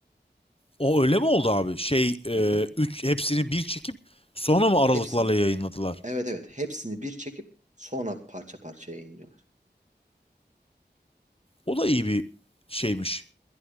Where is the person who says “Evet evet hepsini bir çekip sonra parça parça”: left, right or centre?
Right